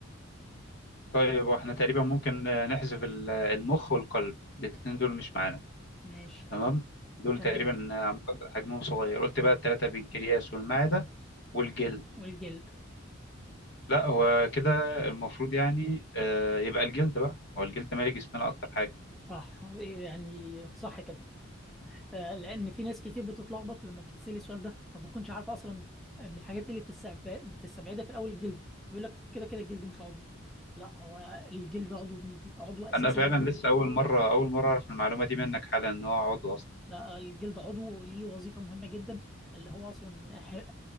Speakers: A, on the left; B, in the centre.
A: طيب واحنا تقريبا ممكن آه، نحذف ال- المخ والقلب الاتنين دول مش معانا
B: ماشي
A: تمام دول
B: تمام
A: تقريبا عم- حجمهم صغير قلت بقى الثلاثة البنكرياس والمعدة والجلد
B: والجلد
A: لا هو كده المفروض يعني آه، يبقى الجلد بقى هو الجلد مالي جسمنا أكتر حاجة
B: صح يعني صح كده آه، لان في ناس كتير بتتلخبط لما بتتسالي السؤال ده ما بتكونش عارفه اصلا الحاجات دي اللي بتستبع- بتستبعدها في الاول الجلد بيقول لك كده كده الجلد مش عضو لا هو الجلد عضو عضو اساسي
A: أنا فعلا لسه أول مرة أول مرة أعرف المعلومة دي منك حالا إن هو عضو أصلا
B: لا الجلد عضو ليه وظيفه مهمه جدا اللي هو اصلا ح-